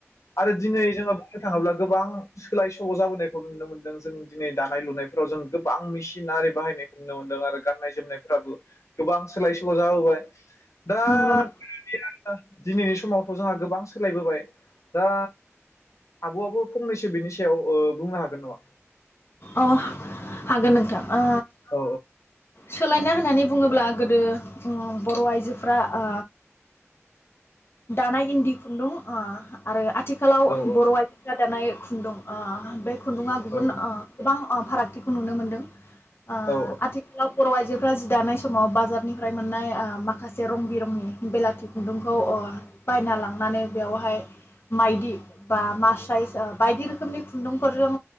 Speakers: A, on the left (about 85°); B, on the left (about 50°).
A: आरो दिनै जोङो बुंनो थाङोब्ला गोबां सोलाय सोल जाबोनायखौ नुनो मोनदों जों दिनै दानाय लुनायफोराव जों गोबां मेसिनारि बाहायनायखौ नुनो मोनदों आरो गाननाय जोमनायफ्राबो गोबां सोलाय सोल जाबोबाय दा
B: नंगौ नंगौ
A: <inaudible> दिनैनि समावथ जोंहा गोबां सोलायबोबाय दा आबआबो फंनैसो बिनि सायाव ओ-बुंनो हागोन नङा
B: अ हागोन नोंथां ओ
A: औ
B: सोलायना होननानै बुङोब्ला गोदो बर आइजोफ्रा ओ दानाय इन्दि खुन्दुं ओ आरो आथि खालाव
A: औ
B: बर आइजो दानाय खुन्दुं अ बे खुन्दुङा गुबुन
A: औ
B: अ बां अ-फारागथिखौ नुनो मोन्दों। आ
A: औ
B: आथिखालाव बर आ आइजोफ्रा जि दानाय समाव बाजारनिफ्राय मोननाय ओ-माखासे रं बिरंनि बेलाथि खुन्दुंखौ अ-बायना लांनानै बेवहाय माइदि बा मास्राइस ओ-बायदि रोखोमनि खुन्दुंफोरजों